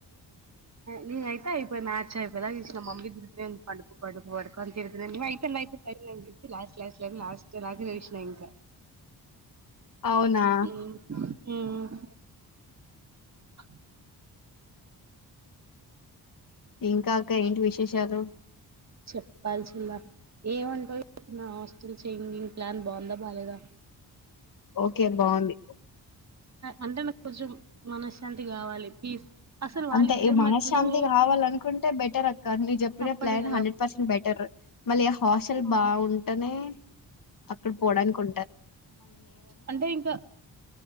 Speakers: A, on the right (about 40°); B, on the left (about 50°).
A: నేను అయితే అయిపోయి మ్యాచ్ అయిపోయే దాక చూసి నా మమ్మీ తిడుతూనే ఉంది పండుకో పడుకో అని పడుకో అయిపోయింది అయిపోయింది అని చెప్పసి లాస్ట్ లాస్ట్ లాస్ట్ ఇలాగే చేసిన ఇంకా
B: అవునా
A: ఉమ్ ఉమ్ <unintelligible>
B: ఇంకా అక్క ఏంటి విశేషాలు
A: చెప్పాల్సిలా ఏమంటావు నా హాస్టల్ చేంజింగ్ ప్లాన్ బాగుందా బాలేదా
B: ఓకే బాగుంది
A: అంటే నాకు కొంచెం మనశ్శాంతి కావాలి పీస్ అసలు వాళ్ళిద్దరి
B: అంతే ఈ మనశ్శాంతి
A: మధ్యలో
B: కావాల అనుకుంటే బెటర్ అక్క న చెప్పిన
A: తప్పదు
B: ప్లాన్
A: కదా
B: హండ్రెడ్ పర్సెంట్ బెటర్ మళ్ళీ హాస్టల్
A: ఆ
B: బాగుంటేనే అక్కడ పోడానికి కొ
A: అంటే ఇంకా